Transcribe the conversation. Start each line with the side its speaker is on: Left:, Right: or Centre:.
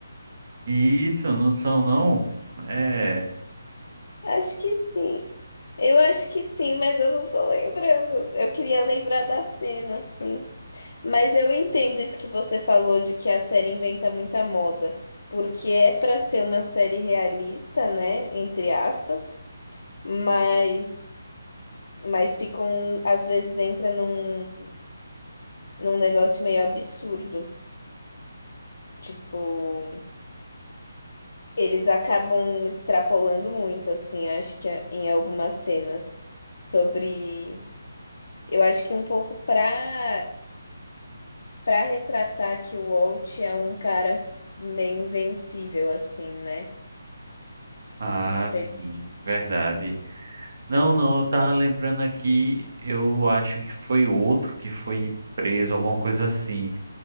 Right: Isso, não são não. É.
Left: Acho que sim. Eu acho que sim, mas eu não tô lembrando. Eu queria lembrar da cena, assim. Mas eu entendo isso que você falou de que a série inventa muita moda, porque é pra ser uma série realista, né, entre aspas, mas mas ficam às vezes entra num num negócio meio absurdo, tipo Eles acabam extrapolando muito, assim, acho que em algumas cenas sobre. Eu acho que um pouco pra, pra retratar que o Walt é um cara meio invencível, assim, né?
Right: Ah,
Left: Não sei.
Right: sim, verdade. Não, não, eu tava lembrando aqui, eu acho que foi outro que foi preso, alguma coisa assim.